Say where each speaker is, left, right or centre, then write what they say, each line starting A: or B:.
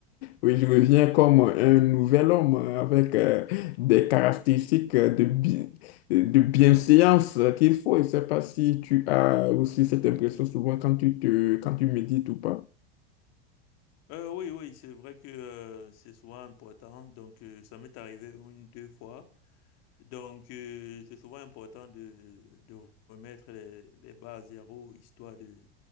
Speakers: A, on the left; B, on the left.
A: oui, je reviens comme un nouvel homme euh, avec euh, des caractéristiques euh, de, bi- de bienséance euh, qu'il faut. Je ne sais pas si tu as aussi cette impression souvent quand tu te, quand tu médites ou pas.
B: Euh, oui, oui, c'est vrai que euh, c'est souvent important. Donc, euh, ça m'est arrivé une, deux fois. Donc, euh, c'est souvent important de, de remettre les, les bases à zéro, histoire de,